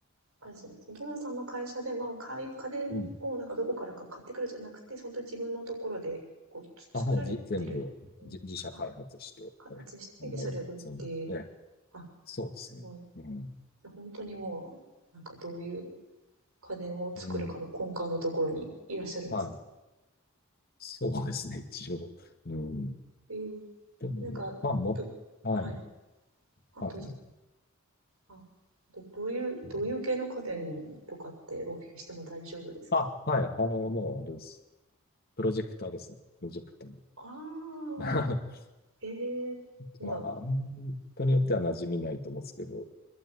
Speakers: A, on the right; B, on the left.
A: あれですね、その友野さんの会社では、かい、家電をなんかどこからか買ってくるじゃなくて、
B: うん。
A: 本当に自分のところで、こう、つ作られてるっていう、
B: あ、もうじ、全部、じ、自社開発して、
A: あ、開発して、
B: え販売も全部、
A: で、それを売って、
B: え
A: あ、
B: そうですね。
A: すごい。
B: うん。
A: で本当にもう、なんかどういう家電を作るかの根幹のところにいらっしゃるんですね。
B: うん。はい。そうですね、一応。うん。
A: ええ
B: でも、
A: なんか、
B: まあ、も、
A: ど、
B: はい。
A: はい。あ、
B: あ、
A: どうぞ。
B: どうぞ。
A: あ、ど、どういう、
B: うん
A: どういう系の家電とかってお聞きしても大丈夫ですか
B: あ、はい。あの、もう、あれです。プロジェクターですね。プロジェクタ
A: ああ、
B: ー。<laughs>
A: ええまあ、
B: まあ、あん人によっては馴染みないと思うんですけど。
A: うん。